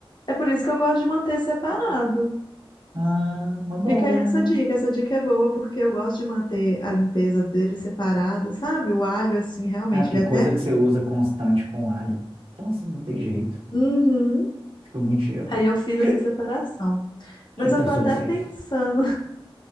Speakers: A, on the left; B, on the right.
A: É por isso que eu gosto de manter separado.
B: Ah, uma boa,
A: Fica aí essa
B: né?
A: dica. Essa dica é boa, porque eu gosto de manter a limpeza dele separado, sabe? O alho, assim, realmente,
B: Ah, porque
A: ele é
B: coisa
A: até.
B: que você usa constante com alho, então assim, não tem jeito.
A: Uhum.
B: Fica muito cheiro.
A: Aí eu fiz
B: <laughs>
A: essa separação. Mas
B: Eita,
A: eu tô
B: solucei.
A: até pensando.